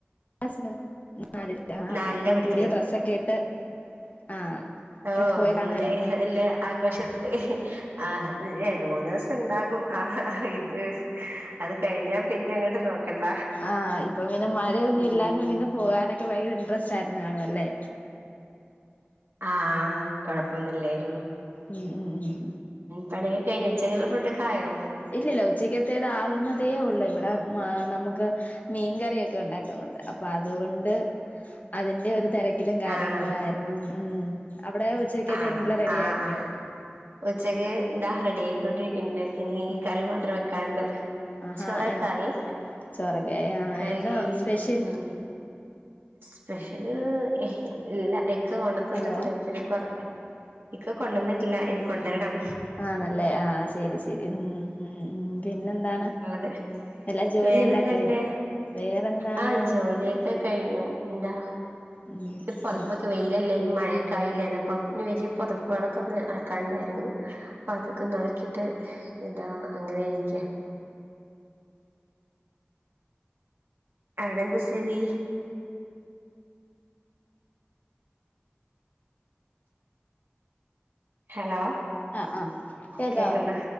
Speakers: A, on the left; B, on the right.
A: സിലാ <unintelligible> ആ
B: നാലിലാ
A: അപ്പം
B: പഠിക്കുന്നത്
A: പുതിയ ഡ്രെസ്സൊക്കെ ഇട്ട് ആഹ്
B: ഓഹ്
A: ഒക്കെ പോയി
B: ഇന്ന്
A: കാണുവല്ലോ
B: വല്ല്യ ആഘോഷത്തില് ആഹ് രണ്ട് മൂന്ന് ദിവസ ണ്ടാകും ആഹ് ഇത് അത് കഴിഞ്ഞാ പിന്നെ ങ്ങട്ട് നോക്കണ്ട
A: ആഹ് ഇപ്പോ പിന്നെ മഴയൊന്നും
B: ഉം
A: ഇല്ലാഞ്ഞോണ്ട് ഇന്ന് പോകാനൊക്കെ ഭയങ്കര ഇൻട്രസ്റ്റ് ആയിരുന്നു കാണു അല്ലേ
B: ആഹ് കൊഴപ്പൊന്നും ഇല്ലായിരുന്നു
A: ഉം ഉം ഉം ഉം
B: പണി കഴിഞ്ഞോ ഉച്ചക്കേക്ക്ള്ള ഫുടൊക്കയോ
A: ഇല്ല ഇല്ല ഉച്ചക്കത്തേത് ആകുന്നതേ ഉള്ളൂ ഇവ്ടെ മാ നമുക്ക് മീൻകറിയൊക്കെ ഉണ്ടാക്കുന്നുണ്ട് അപ്പോ അതുകൊണ്ട് അതിന്റെ ഒരു തെര ക്കിലും കാര്യങ്ങളും
B: ആണോ
A: ആയ്ര്ന്നു ഉം അവിടെ ഉച്ചക്കത്തെൽന്ള്ളെ
B: ആണോ
A: റെഡിയാക്കിയോ
B: ആഹ് ആഹ് ഉച്ചക്ക് താ റെഡിയായിക്കൊണ്ടിരിക്കുന്ന്ണ്ട് ഇനീ
A: ഉം
B: കറി മാത്രം വെക്കാൻണ്ട്
A: ആഹാ
B: ചോറൊക്കായി
A: എ ചോറൊക്കെ ആ
B: കറി
A: എന്താ സ്പെഷ്യൽ
B: ഉം സ്പെഷ്യല് ഇല്ല ഇക്ക കൊണ്ട് ത്തന്നിട്ടില്ലേ
A: ഹലോ
B: പിന്നെ കൊറ ഇക്ക കൊണ്ടന്നിട്ടില്ല ഇനി കൊണ്ടരണം
A: ആണല്ലേ ആഹ് ശരി ശരി ഉം ഉം പിന്നെന്താണ്
B: ത്
A: എല്ലാ ജോലിയെല്ലാം
B: വേറെന്ത്ണ്ട്
A: കഴിഞ്ഞോ വേറെന്താണ്
B: ആഹ് ജോലിയൊക്കെ കഴിഞ്ഞു എന്താ
A: ഉം
B: ഈ പൊതപ്പൊക്കെ
A: ഉം
B: വെ - കയിലല്ലേ ഇനി മഴയൊക്കായില്ലോ <unintelligible> വെയിലല്ലേ ഇനിമഴേക്കായില്ലേഇനിപ്പൊ വലിയ പൊതപ്പുകളൊക്കെ ഒന്ന് അലക്കാ ണ്ടായിരുന്നു അപ്പൊ അതൊക്കെ ഒന്ന് അലക്കിട്ട് ഇതാ അങ്ങനെ ഇരിക്യാ ആവിടെന്താ സ്ഥിതി ഹലോ
A: ആഹ് ആഹ് കേക്കാവോ
B: കേക്ക്ണ്ടാ